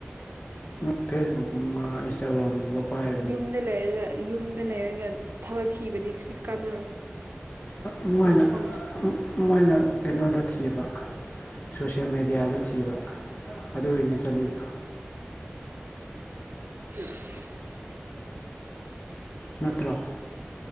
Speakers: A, on the left (about 40°); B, on the right (about 65°).
A: ꯃꯣꯏ ꯐꯦꯁꯕꯨꯛꯀꯨꯝꯕ ꯏꯟꯁꯇꯥꯒ꯭ꯔꯥꯝꯒꯨꯝꯕ ꯄꯥꯏ
B: ꯌꯨꯝꯗ ꯂꯩꯔꯒ ꯌꯨꯝꯗ ꯂꯩꯔꯒ ꯊꯕꯛ ꯊꯤꯕꯗꯤ ꯀꯩꯁꯨ ꯀꯥꯟꯅꯔꯣꯏ
A: ꯑꯗꯨꯃꯥꯏꯅ
B: ꯐꯪꯁꯨ ꯐꯪꯉꯣꯏ
A: ꯃꯣꯏꯅ ꯀꯩꯅꯣꯗ ꯊꯤꯕ ꯁꯣꯁꯦꯟ ꯃꯦꯗꯤꯌꯥꯗ ꯊꯤꯕ ꯑꯗꯨꯒꯤꯅꯦ ꯆꯠꯂꯤꯗꯣ
B: <unintelligible>
A: ꯅꯠꯇ꯭ꯔꯣ